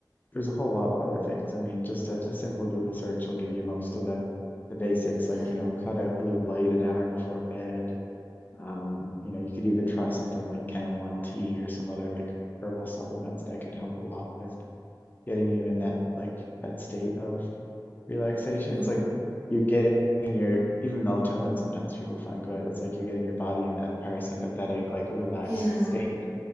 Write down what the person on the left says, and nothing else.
there's a whole lot of other things. I mean, just a, a simple Google search will give you most of the the basics, like,
you know, cut out blue light an hour before bed. Um, you know, you could even try something like chamomile tea or some other like herbal supplements that can help a lot with getting you in that like that state of relaxation.
It's like you're getting your even melatonin sometimes people find good. It's like you're getting your body in that parasympathetic, like relaxed
state